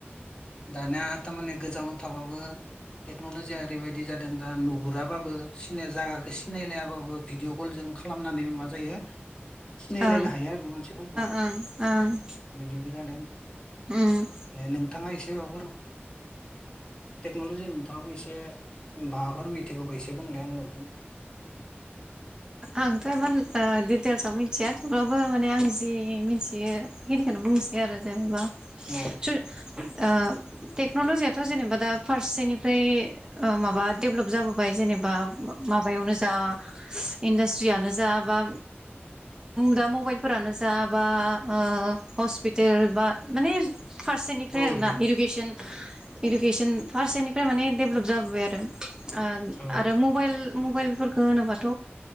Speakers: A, on the left (about 20°); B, on the right (about 20°).
A: दानाथ माने गोजाव थाबाबो टेक्न'ल'जिया ओरैबायदि जादों दा नुहुराबाबो सिनाया जागाखौ सिनायलायाबाबो भिडिअ' कलजों खालामनानै मा जायो सिनायलायनो
B: ओं
A: हाया आरो मानसिफोरखौ
B: ओं ओं
A: बिदिबो जादों
B: उम
A: नोंथाङा एसे दैमाफोराव टेक्नलजिनि नोंथाङाबो एसे माबाफोर मिथिगौबा एसे बुंलाया आंनो
B: आंथ' इमान ओ दित <unintelligible> थेवब्लाब बो माने आं जि मिथियो बेखिनिखौनो बुंसै आरो जेनेबा
A: औ
B: स ओ टेक्नलजियाथ' जेनेबा दा फारसेनिफ्राय ओ माबा देभेलप जाबोबाय जेनेबा माबायावनो दा इन्डास्ट्रियानो ज जा बा दा मबाइलफोरानो जा बा आ हस्पिटेल बा माने फारसेनिफ्राय
A: औ
B: आरोना
A: दे
B: इदुकेसन इडुकेसन फारसेनिफ्राय माने दडेभलप जाबोबाय आरो ओ आरो
A: औ
B: मबाइल मबाइलफोरख होनोबाथ